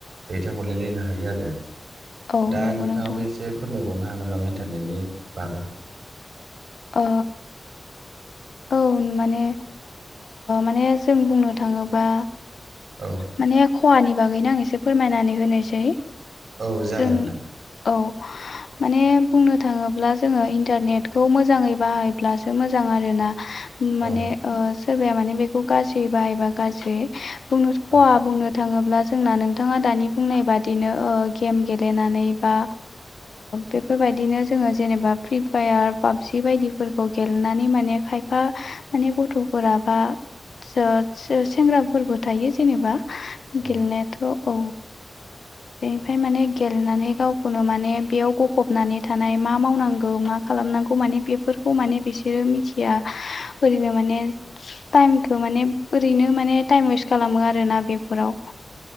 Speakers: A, on the right; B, on the left.
A: दैथायहरलायलायनो हायो आरो
B: औ
A: दा
B: नंगौ
A: नोंथाङाबो
B: नोंथां
A: एसे फोरमायबावनो हागोन नामा इन्टारनेटनि बागै
B: ओ औ माने माने जों बुंनो थाङोबा
A: औ
B: माने खहानि बागैनो आं एसे फोरमायनानै होनोसै।
A: औ जागोनदां
B: जों औ माने बुंनो थाङोब्ला जोङो इन्टारनेटखौ मोजाङै बाहायब्लासो मोजां आरोना। माने
A: औ
B: सोरबाया माने बेखौ गाज्रि बाहायबा गाज्रि बुंनो
A: औ
B: खहा
A: औ
B: बुंनो थाङोब्ला जोंना नोंथाङा दानि बुंनाय बादिनो गेम गेलेनानै बा बेफोरबायदिनो जोङो जेनेबा फ्रि फायार, पाबजि बायदिफोरखौ गेलेनानै माने खायफा माने गथ'फोरा बा सेंग्राफोरबो थायो जेनेबा
A: औ
B: गेलेनायाथ' औ ओमफाय माने गेलेनानै गावखौनो माने बेयाव गफबनानै थानाय मा मावनांगौ मा खालामनांगौ माने बे बेफोरखौ माने बिसोरो मिथिया ओरैनो माने टाइमखौ माने ओरैनो माने टाइम वेस्ट खालामो आरोना बे फोराव
A: औ